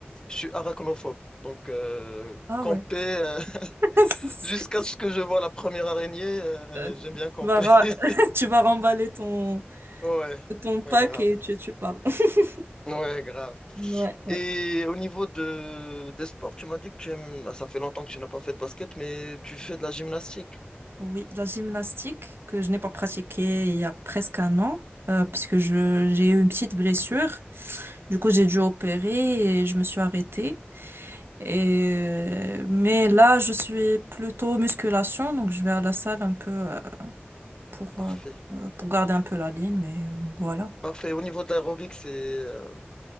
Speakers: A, on the left; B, on the right.
A: je suis arachnophobe. Donc, euh,
B: Ah
A: camper,
B: ouais.
A: euh, <laughs>
B: <laughs>
A: jusqu'à ce que je vois la première araignée, euh,
B: Euh,
A: j'aime bien camper.
B: Tu vas, ra-
A: <laughs>
B: <laughs> tu vas remballer ton,
A: Ouais,
B: ton pack
A: ouais, grave.
B: et tu, tu pars. <laughs>
A: Ouais, grave.
B: Ouais, ouais.
A: Et au niveau de, des sports, tu m'as dit que tu aimes, ah, ça fait longtemps que tu n'as pas fait de basket, mais tu fais de la gymnastique.
B: Oui, la gymnastique que je n'ai pas pratiquée il y a presque un an, euh, parce que je, j'ai eu une petite blessure. Du coup, j'ai dû opérer et je me suis arrêtée. Et, euh, mais là, je suis plutôt musculation, donc je vais à la salle un peu euh, pour,
A: Parfait.
B: euh, euh, pour garder un peu la ligne, mais euh, voilà.
A: Parfait. Au niveau de l'aérobic, c'est, euh,